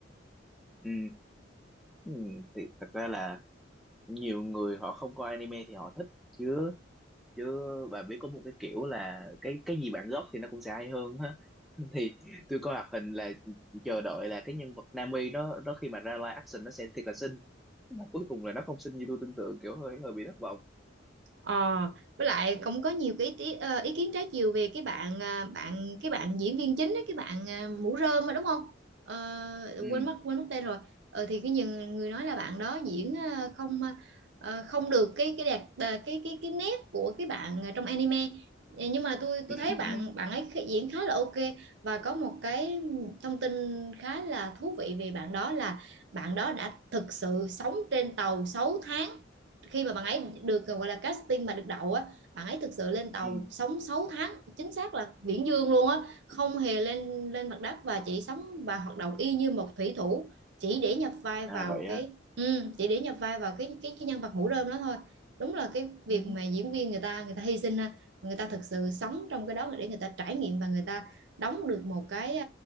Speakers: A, in the centre; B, on the right.
A: ừ, ừ, thì thật ra là nhiều người họ không coi anime thì họ thích chứ chứ bà biết có một cái kiểu là cái cái gì bản gốc thì nó cũng sẽ hay hơn ha <laughs> thì tôi coi hoạt hình là chờ đợi là cái nhân vật Nami nó nó khi mà ra live action nó sẽ thiệt là xinh mà cuối cùng là nó không xinh như tôi tưởng tượng kiểu hơi hơi bị thất vọng
B: Ờ, với lại cũng có nhiều cái ý, tí- ờ, ý kiến trái chiều về cái bạn à, bạn cái bạn diễn viên chính ấy, cái bạn à, mũ rơm á đúng không? Ờ,
A: <laughs> ừ
B: quên mất quên mất tên rồi. Ờ, thì cái nhiều người nói là bạn đó diễn à, không à, không được cái cái đẹp à, cái cái cái nét của cái bạn à, trong anime. Ờ, Nhưng mà tôi
A: ừ
B: tôi thấy bạn
A: ừ
B: bạn ấy khi- diễn khá là ok và có một cái thông tin khá là thú vị về bạn đó là bạn đó đã thực sự sống trên tàu sáu tháng khi mà bạn ấy được gọi là casting mà được đậu á bạn ấy thực sự lên tàu
A: ừ
B: sống sáu tháng chính xác là viễn dương luôn á không hề lên lên mặt đất và chỉ sống và hoạt động y như một thủy thủ chỉ để nhập vai
A: à
B: vào
A: vậy
B: cái
A: á
B: ừ, chỉ để nhập vai vào cái cái, cái nhân vật mũ rơm đó thôi đúng là cái việc
A: Ừ.
B: mà diễn viên người ta người ta hy sinh ha người ta thực sự sống trong cái đó để người ta trải nghiệm và người ta đóng được một cái